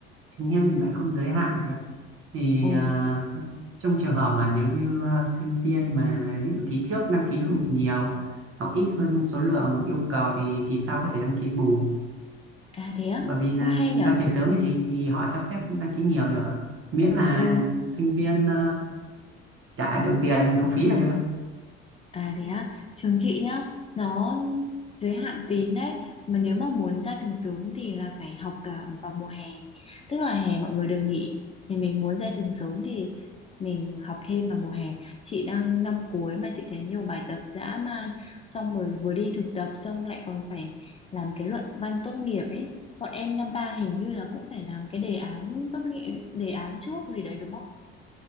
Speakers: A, on the right (about 45°); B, on the left (about 20°).
A: trường em thì lại không giới hạn chị ạ. thì
B: Ồ,
A: à, trong trường hợp mà nếu như à, sinh viên mà ví dụ kỳ trước đăng ký không được nhiều học ít hơn số lượng yêu cầu thì kỳ sau có thể đăng ký bù
B: à thế á?
A: bởi vì là
B: Ui hay nhở?
A: ra trường sớm ấy chị thì họ cho phép đăng ký nhiều được miễn là
B: Ừ.
A: sinh viên à, trả được tiền học phí là được
B: À thế á, trường chị nhá, nó giới hạn tín đấy, mà nếu mà muốn ra trường sớm thì là phải học cả vào mùa hè, tức là hè mọi người được nghỉ, thì mình muốn ra trường sớm thì mình học thêm vào mùa hè. Chị đang năm cuối mà chị thấy nhiều bài tập dã man, xong rồi vừa đi thực tập xong lại còn phải làm cái luận văn tốt nghiệp ấy. Bọn em năm ba hình như là cũng phải làm cái đề án tốt nghiệp, đề án trước gì đấy đúng không?